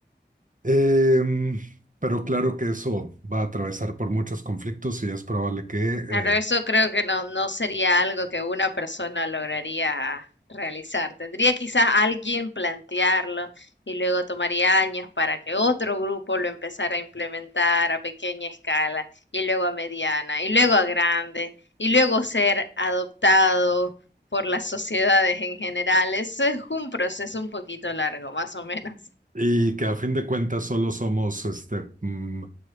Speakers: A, on the right; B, on the left.
A: Em, pero claro que eso va a atravesar por muchos conflictos y es probable que eh,
B: Claro, eso creo que no, no sería algo que una persona lograría realizar. Tendría quizás alguien plantearlo y luego tomaría años para que otro grupo lo empezara a implementar a pequeña escala y luego a mediana y luego a grande y luego ser adoptado por las sociedades en general. Eso es un proceso un poquito largo, más o menos.
A: Y que a fin de cuentas solo somos este, mm,